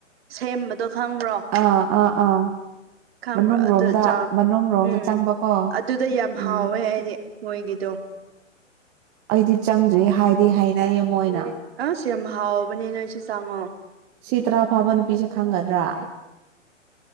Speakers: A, on the right; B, on the right.
A: ꯁꯦꯝꯕꯗꯣ ꯈꯪꯕ꯭ꯔꯣ
B: ꯑꯥ ꯑꯥ ꯑꯥ
A: ꯈꯪꯕ꯭ꯔꯣ
B: ꯃꯅꯨꯡ
A: ꯑꯗꯨ
B: ꯔꯣꯝꯗ
A: ꯆꯥꯎ
B: ꯃꯅꯨꯡꯂꯣꯝꯗ
A: ꯎꯝ
B: ꯆꯪꯕꯀꯣ
A: ꯑꯗꯨꯗ ꯌꯥꯝ ꯍꯥꯎꯋꯦ
B: ꯎꯝ
A: ꯍꯥꯏꯗꯤ ꯃꯣꯏꯒꯤꯗꯣ
B: ꯑꯩꯗꯤ ꯆꯪꯗ꯭ꯔꯤ ꯍꯥꯏꯗꯤ ꯍꯥꯏꯅꯩ ꯃꯣꯏꯅ
A: ꯑꯁ ꯌꯥꯝ ꯍꯥꯎꯕꯅꯦ ꯅꯣꯏꯁꯨ ꯆꯪꯉꯣ
B: ꯁꯤꯇꯔꯥ ꯐꯥꯕ ꯅꯨꯄꯤꯁꯦ ꯈꯪꯒꯗ꯭ꯔꯥ